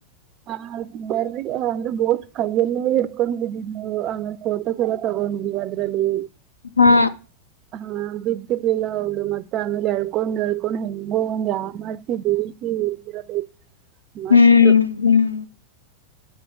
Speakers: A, on the right; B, on the left.
A: ಹ ಆಯ್ತ ಬರ ಅಂದ್ರೆ ಬೋಟ್ ಕೈಯಲ್ಲ ಹಿಡ್ಕೊಂಡ್ ಬಿದ್ದಿದವು ಆಮೇಲೆ ಫೋಟೋಸ್ ಎಲ್ಲ ತಗೊಂಡಿದೀವಿ ಅದ್ರಲ್ಲಿ
B: ಹಾ
A: ಹಾ ಬಿದ್ದಿರ್ಲಿಲ್ಲ ಅವಳು ಮತ್ತೆ ಆಮೇಲೆ ಎಳ್ಕೊಂಡ್ ಎಳ್ಕೊಂಡ್ ಹೆಂಗೋ ಒಂದ್ ಆಮಸಿ ಬೇಯಿಸಿ ಇಲ್ದಿರಬೇಕು ಮಸ್ತು
B: ಹ್ಮ್ ಹ್ಮ್